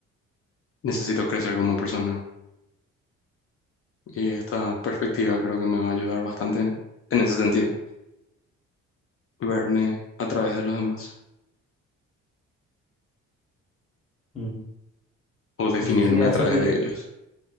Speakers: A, on the left (about 45°); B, on the left (about 25°).
A: necesito crecer como persona. Y esta perspectiva creo que me va a ayudar bastante en, en ese sentido, verme a través de los demás
B: Mm.
A: o definirme
B: No sé si a
A: a
B: eso
A: través
B: que
A: de ellos.